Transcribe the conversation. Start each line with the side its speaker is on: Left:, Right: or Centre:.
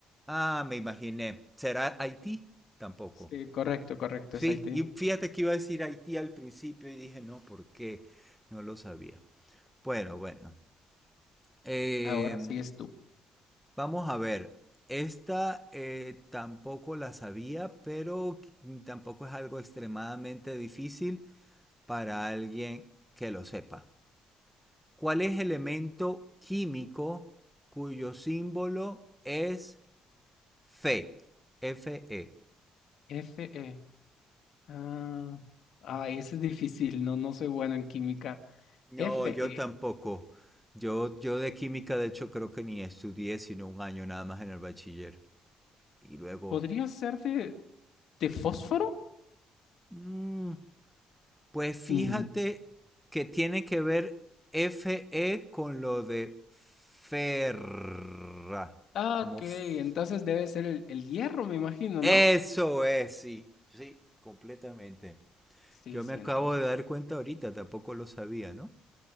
Centre: Ah, me imaginé. ¿Será Haití? Tampoco.
Left: Sí, correcto, correcto,
Centre: Sí,
Left: es Haití.
Centre: y fíjate que iba a decir Haití al principio y dije, no, ¿por qué? No lo sabía. Bueno, bueno. Eh,
Left: Ahora sigues tú.
Centre: vamos a ver. Esta eh, tampoco la sabía, pero tampoco es algo extremadamente difícil para alguien que lo sepa. ¿Cuál es el elemento químico cuyo símbolo es Fe? Fe.
Left: FE. Ah, ay, ese es difícil, no, no soy bueno en química.
Centre: No,
Left: FE.
Centre: yo tampoco. Yo, yo de química, de hecho, creo que ni estudié, sino un año nada más en el bachiller. Y luego,
Left: ¿Podría ser de, de fósforo?
Centre: mm, pues fíjate
Left: Mm.
Centre: que tiene que ver FE con lo de ferra.
Left: Ah,
Centre: Como
Left: ok,
Centre: f-
Left: entonces debe ser el, el hierro, me imagino,
Centre: Eso
Left: ¿no?
Centre: es, sí. Sí, completamente.
Left: Sí,
Centre: Yo
Left: sí,
Centre: me acabo
Left: entonces
Centre: de dar cuenta ahorita, tampoco lo sabía, ¿no?